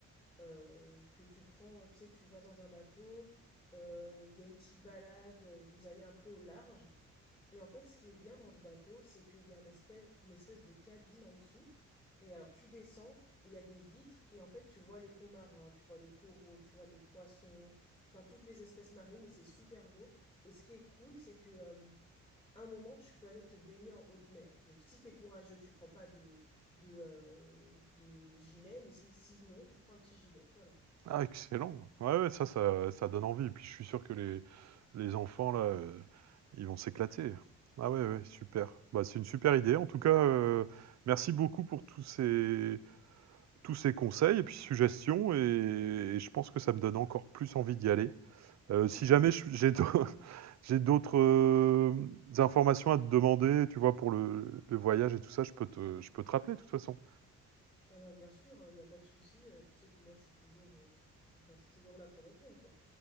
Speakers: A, on the left; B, on the right.
A: euh, que tu prends, tu sais, tu vas dans un bateau, euh, il y a une petite balade, vous allez un peu au large. Et en fait, ce qui est bien dans ce bateau, c'est qu'il y a une espèce, une espèce de cabine en dessous. Et alors, tu descends, et il y a des vitres, et en fait, tu vois les fonds marins, tu vois les coraux, tu vois les poissons, enfin, toutes les espèces marines, et c'est super beau. Et ce qui est cool, c'est que, euh, à un moment, tu peux aller te baigner en haute mer. Donc, si t'es courageux, tu prends pas de, de, euh, de gilet, mais si, sinon, tu prends un petit gilet, voilà.
B: Ah, excellent. Ouais, ouais, ça, ça, ça donne envie. Et puis, je suis sûr que les, les enfants, là, euh, ils vont s'éclater. Ah ouais, ouais, super. Bah, c'est une super idée. En tout cas, euh, merci beaucoup pour tous ces, tous ces conseils et puis suggestions. Et, et je pense que ça me donne encore plus envie d'y aller. Euh, si jamais je- j'ai d'au- <laughs> j'ai d'autres euh, informations à te demander, tu vois, pour le, le voyage et tout ça, je peux te, je peux te rappeler de toute façon.
A: Ah bah, bien sûr, il y a pas de souci, heu, tu sais que moi je suis toujours, heu, enfin je suis toujours là pour répondre quoi.